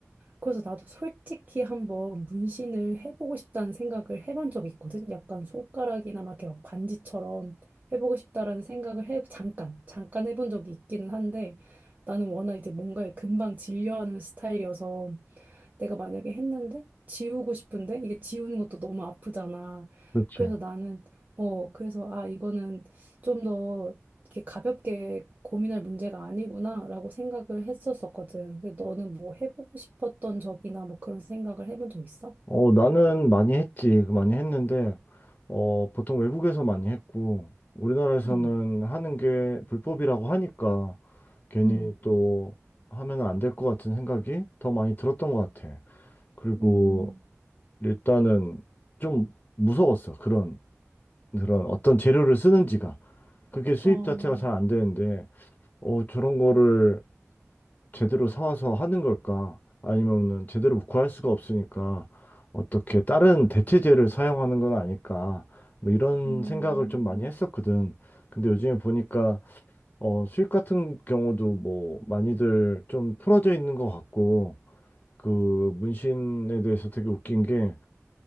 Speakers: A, on the right; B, on the left.
A: 그래서 나도 솔직히 한번 문신을 해보고 싶다는 생각을 해본 적이 있거든. 약간 손가락이나 막 이렇게 막 반지처럼 해보고 싶다라는 생각을 해, 잠깐, 잠깐 해본 적이 있기는 한데, 나는 워낙 이제 뭔가에 금방 질려하는 스타일이어서 내가 만약에 했는데 지우고 싶은데 이게 지우는 것도 너무 아프잖아.
B: 그렇지.
A: 그래서 나는 어 그래서 아 이거는 좀 더 이렇게 가볍게 고민할 문제가 아니구나라고 생각을 했었었거든. 근데 너는 뭐 해보고 싶었던 적이나 뭐 그런 생각을 해본 적 있어?
B: 어, 나는 많이 했지. 그 많이 했는데, 어, 보통 외국에서 많이 했고, 우리나라에서는
A: 음,
B: 하는 게 불법이라고 하니까, 괜히
A: 음,
B: 또 하면 안 될 것 같은 생각이 더 많이 들었던 것 같아. 그리고
A: 음,
B: 일단은 좀 무서웠어. 그런, 그런 어떤 재료를 쓰는지가. 그게 수입
A: 어,
B: 자체가 잘 안 되는데, 어, 저런 거를 제대로 사와서 하는 걸까? 아니면은 제대로 구할 수가 없으니까 어떻게 다른 대체제를 사용하는 건 아닐까? 뭐 이런
A: 음,
B: 생각을 좀 많이 했었거든. 근데 요즘에 보니까 어, 수익 같은 경우도 뭐 많이들 좀 풀어져 있는 것 같고 그 문신에 대해서 되게 웃긴 게